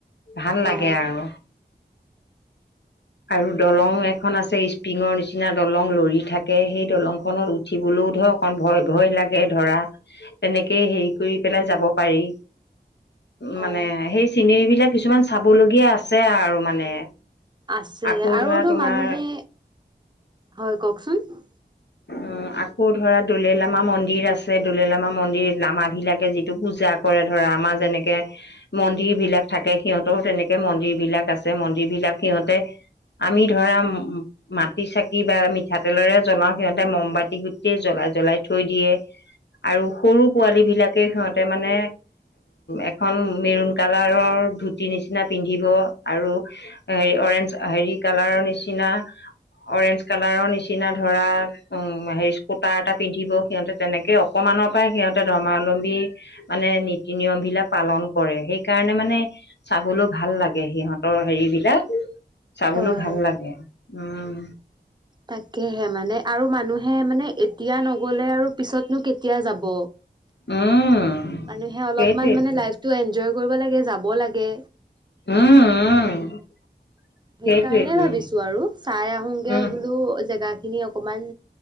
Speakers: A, on the left; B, on the right.
A: ভাল লাগে
B: অ
A: আৰু, আৰু দলং এখন আছে ইচ টিঙৰ নিচিনা দলং লৰি থাকে সেই দলংখনত উঠিবলৈও ধৰ অকণ ভয় ভয় লাগে ধৰা তেনেকে হেৰি কৰি পেলাই যাব পাৰি মানে
B: অ
A: সেই চিনেৰী বিলাক কিছুমান চাবলগীয়া আছে আৰু মানে
B: আছে
A: আকৌ
B: আৰুনো
A: ধৰা তোমাৰ
B: মানুহে হয় কওকচোন
A: উম আকৌ ধৰা দ'লেলামা মন্দিৰ আছে। দ'লেলামা মন্দিৰ লামা বিলাকে যিটো পূজা কৰে ধৰা আমাৰ যেনেকে মন্দিৰ বিলাক থাকে সিহঁতৰো তেনেকে মন্দিৰ বিলাক আছে মন্দিৰ বিলাক সিহঁতে আমি ধৰা উম মাটি চাকি বা মিঠাতেলেৰে জ্বলাও সিহঁতে মমবাতি গোটেই জ্বলাই জ্বলাই থৈ দিয়ে আৰু সৰু পোৱালী বিলাকে সিহঁতে মানে এখন মেৰুন কালাৰৰ ধুতি নিচিনা পিন্ধিব আৰু হেৰি অৰেঞ্জ হেৰি কালাৰৰ নিচিনা অৰেঞ্জ কালাৰৰ নিচিনা ধৰা উম, হেৰি স্কুটাৰ এটা পিন্ধিব সিহঁতে তেনেকে অকমানৰ পৰাই সিহঁতে ধৰ্মালম্বী মানে নীতি- নিয়ম বিলাক পালন কৰে সেইকাৰণে মানে চাবলৈ ভাল লাগে সিহঁতৰ হেৰিবিলাক। চাবলৈ
B: হয়
A: ভাল লাগে, উম।
B: তাকেহে মানে আৰু মানুহে মানে এতিয়া নগলে আৰু পিছতনো কেতিয়া যাব?
A: উম।
B: মানুহে অলপমান
A: সেইটোৱেইটো
B: মানে লাইফটো এনজয় কৰিব লাগে যাব লাগে
A: উম উম
B: সেইকাৰণে
A: সেইটোৱেইটো
B: ভাবিছো আৰু চাই আহোগে
A: উম
B: বোলো জেগা খিনি অকমান।